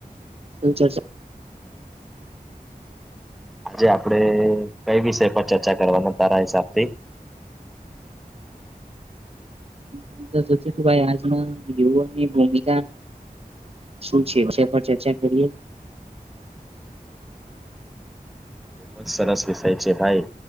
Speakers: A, on the right; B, in the centre.
A: ચર્ચા
B: આજ આપડે કઈ વિષય પર ચર્ચા કરવાના તારા હિસાબથી
A: હું તો સોચુ ભાઈ આજના યુવા ની ભૂમિકા શું છે વિશે પર ચર્ચા કરએ.
B: ખૂબ જ સરસ વિષય છે ભાઈ